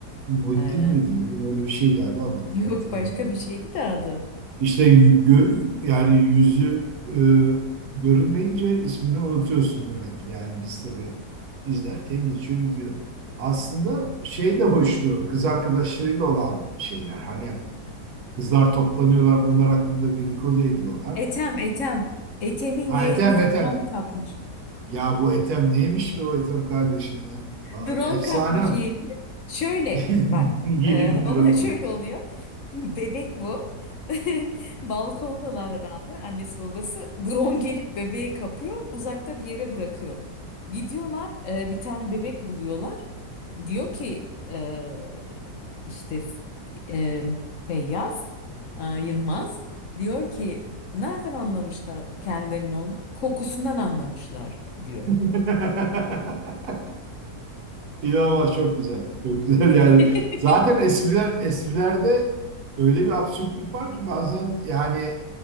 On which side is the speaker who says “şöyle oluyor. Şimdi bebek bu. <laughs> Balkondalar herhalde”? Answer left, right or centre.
Left